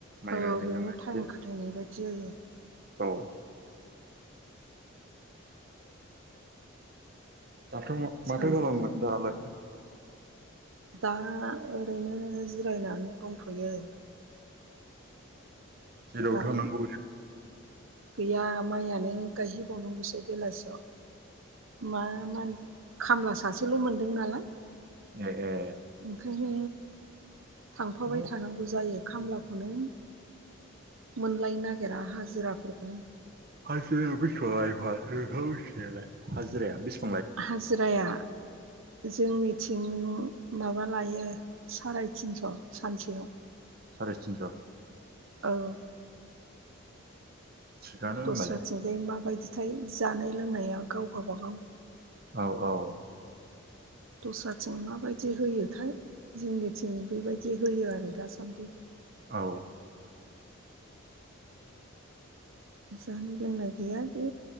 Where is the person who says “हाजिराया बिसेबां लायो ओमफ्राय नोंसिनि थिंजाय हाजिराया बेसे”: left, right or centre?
Right